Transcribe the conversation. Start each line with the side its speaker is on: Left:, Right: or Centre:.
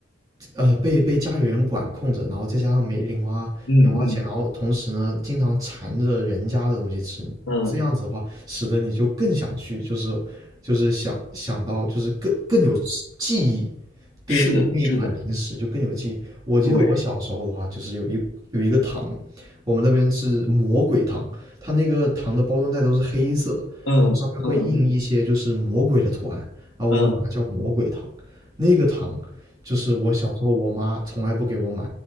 Right: 呃，被被家里人管控着，然后再加上没零花零花钱，
Left: 嗯嗯
Right: 然后同时呢，经常馋着人家的东西吃，
Left: 嗯，
Right: 这样子的话，使得你就更想去，就是就是想想到，就是更更有记记忆，对那那一款零食就更有记忆。
Left: 是的，是的，
Right: 我记得我小时候的话，
Left: 对，
Right: 就是有一有一个糖，我们那边是魔鬼糖，它那个糖的包装袋都是黑色的，
Left: 嗯嗯
Right: 然后上面会印一些就是魔鬼的图案，然后我们管它叫魔鬼糖。
Left: 嗯，
Right: 那个糖就是我小时候我妈从来不给我买，